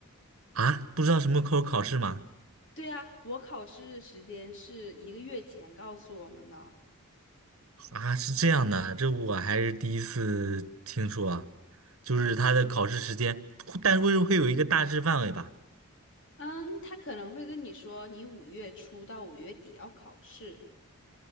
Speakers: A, on the right (about 75°); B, on the left (about 60°).
A: 啊，不知道什么口考试吗？
B: 对呀，我考试的时间是一个月前告诉我们的，
A: 啊，是这样的，这我还是第一次听说啊就是它的考试时间，但是会会有一个大致范围吧？
B: 嗯，他可能会跟你说你五月初到五月底要考试。